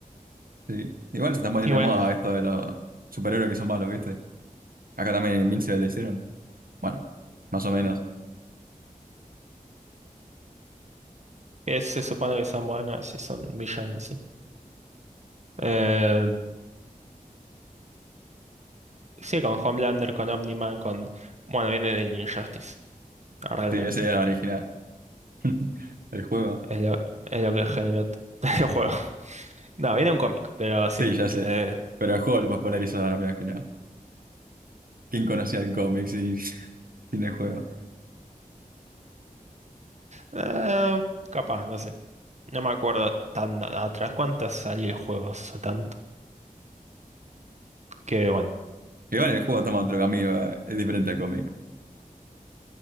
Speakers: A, on the right; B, on the right.
A: Sí. Igual se están poniendo
B: Y bueno,
A: de moda esto de los superhéroes que son malos, ¿viste? Acá también en Invincible le hicieron. Bueno, más o menos.
B: es- se supone que son buenos y son villanos así. Eh, sí, con Homelander, con Omni-Man, con... Bueno, viene del Injustice, realmente.
A: Sí, ese era el original. <laughs> El juego.
B: Es lo, es lo que generó t- <laughs> el juego. No, viene un cómic, pero sí.
A: Sí, ya
B: Eh,
A: sé. Pero el juego lo popularizaron, mirá que no. ¿Quién conocía el cómic sin, <laughs> sin el juego?
B: eh, capaz, no sé. No me acuerdo tan a- atrás cuántas salió el juego hace tanto. Que bueno.
A: Igual el juego toma otro camino, eh, es diferente al cómic.